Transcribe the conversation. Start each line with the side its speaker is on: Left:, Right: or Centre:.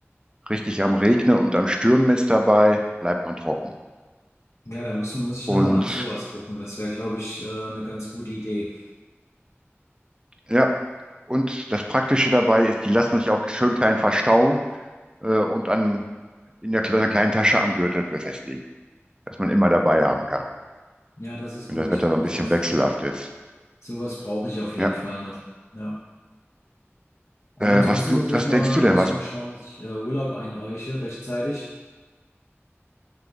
Right: richtig am Regnen und am Stürmen ist dabei, bleibt man trocken.
Left: Ja, da müssen, muss ich
Right: Und
Left: nochmal nach sowas gucken. Das wäre, glaube ich, äh, eine ganz gute Idee.
Right: ja, und das Praktische dabei ist, die lassen sich auch schön klein verstauen äh, und an, in der, kle- einer kleinen Tasche am Gürtel befestigen, dass man immer dabei haben kann,
Left: Ja, das ist
Right: wenn
Left: gut.
Right: das Wetter so ein bisschen
Left: Sowas,
Right: wechselhaft ist.
Left: sowas brauche ich auf jeden
Right: Ja,
Left: Fall noch. Ja.
Right: äh,
Left: Ja, ansonsten
Right: was du,
Left: muss ich
Right: was
Left: mal,
Right: denkst du denn?
Left: muss
Right: Was
Left: ich mal schauen, dass ich äh, Urlaub einreiche rechtzeitig.